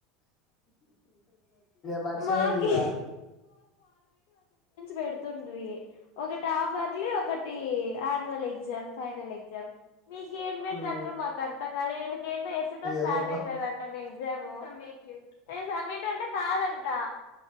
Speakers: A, on the left; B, on the left.
A: మరిచే
B: మాకి
A: పోయిన
B: పెడుతుండ్రీ ఒకటి ఆఫర్లీ ఒకట్ టి ఆన్వల్ ఎగ్జామ్ ఫైనల్ ఎగ్జామ్ మీకేం పెడ్తాన్రు
A: ఉమ్
B: మాక్ అర్ తల్వలేనిది ఏందో ఎస్ తో స్టార్ట్
A: ఏదోబ్బా
B: అయితది అంట నేమ్ సమ్మేటివ్ నేను సమ్మేటివ్ అంటే కాదంట